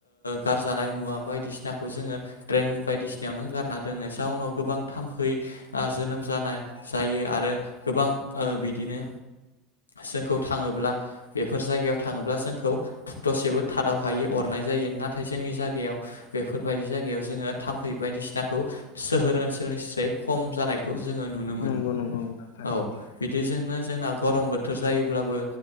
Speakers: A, on the left (about 75°); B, on the left (about 65°).
A: गारजानाय मुवा बायदिसिनाखौ जोङो ड्रेन बायदिसिनायावनो गारना दोनो जाउनाव गोबां थाम्फै आ जोनोम जानाय जायो आरो गोबां ओ बिदिनो जोंखौ थाङोब्ला बेफोर जायगायाव थाङोब्ला जोंखौ दसेबो थादाव हायै अरनाय जायो ना नाथाय जोंनि जायगायाव बेफोरबायदि जायगायाव जोङो थाम्फै बायदिसिनाखौ सोहोर ओनसोलनिस्राय खम जानायखौ जोङो नुनो मोनो
B: नंगौ नंगौ नोंथां थारैनो
A: औ बिदिजोंनो जोंना गरम बोथोर जायोब्लाबो